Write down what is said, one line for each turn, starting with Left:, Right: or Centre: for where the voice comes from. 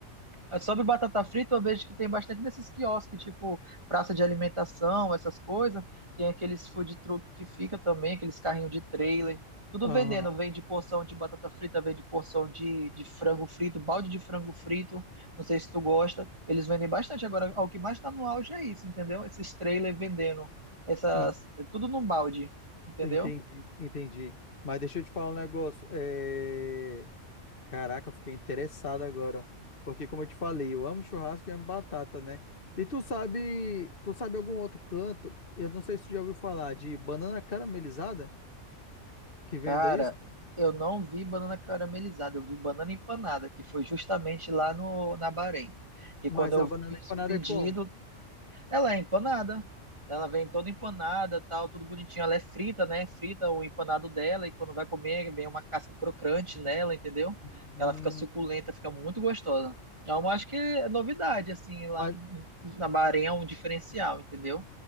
Right: É, Sobre batata frita, eu vejo que tem bastante nesses quiosques, tipo praça de alimentação, essas coisas. Tem aqueles food truck que fica também, aqueles carrinhos de trailer. Tudo
Left: Aham,
Right: vendendo. Vende porção de batata frita, vende porção de, de frango frito, balde de frango frito. Não sei se tu gosta. Eles vendem bastante. Agora, o que mais tá no auge é isso, entendeu? Esses trailers vendendo. Essas,
Left: en-
Right: é tudo num balde, entendeu?
Left: entendi, entendi. Mas deixa eu te falar um negócio. É... Caraca, eu fiquei interessado agora, ó. Porque como eu te falei, eu amo churrasco e amo batata, né? E tu sabe, tu sabe algum outro canto? Eu não sei se tu já ouviu falar de banana caramelizada que venda
Right: Cara,
Left: isso,
Right: eu não vi banana caramelizada, eu vi banana empanada, que foi justamente lá no, na Bahrein. Que
Left: mas
Right: quando eu
Left: a banana
Right: fiz
Left: empanada
Right: o pedido,
Left: é como?
Right: ela é empanada. Ela vem toda empanada, tal, tudo bonitinho. Ela é frita, né? Frita o empanado dela, e quando vai comer, vem uma casca crocante nela, entendeu?
Left: Hum,
Right: Ela fica suculenta, fica muito gostosa. Então, Eu acho que é novidade, assim, lá
Left: mas,
Right: na Bahrein é um diferencial, entendeu?